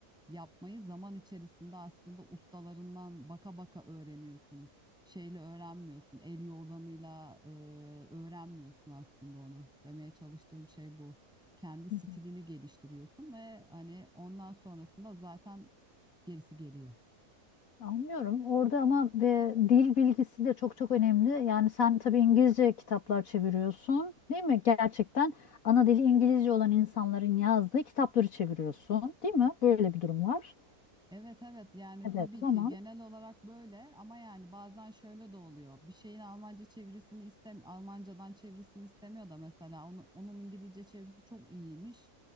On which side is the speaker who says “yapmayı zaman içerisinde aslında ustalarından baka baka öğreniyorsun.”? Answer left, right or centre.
Centre